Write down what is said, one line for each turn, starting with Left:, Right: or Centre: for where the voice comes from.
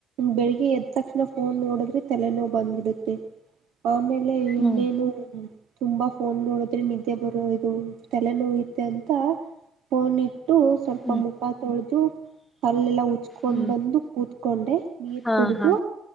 Right: ಬೆಳಿಗ್ಗೆ ಎದ್ ತಕ್ಷಣ ಫೋನ್ ನೋಡದ್ರೆ ತಲೆನೋವ್ ಬಂದ್ಬಿಡುತ್ತೆ. ಆಮೇಲೆ ಇನ್ನೇನು
Left: ಹ್ಮ್
Right: ತುಂಬಾ ಫೋನ್ ನೋಡದ್ರೆ ನಿದ್ದೆ ಬರೋ ಇದು, ತಲೆ ನೋಯುತ್ತೆ ಅಂತ ಫೋನ್ ಇ <unintelligible> ಟ್ಟು ಸ್ವಲ್ಪ
Left: ಹ್ಮ್
Right: ಮುಖ ತೊಳೆದು, ಹಲ್ಲೆಲ್ಲ ಉಜ್ಕೊಂಡು
Left: ಹ್ಮ್
Right: ಬಂದು ಕುತ್ಕೊಂಡೆ ನೀರ್
Left: ಹಾ
Right: ಕುಡ್ದು,
Left: ಹಾ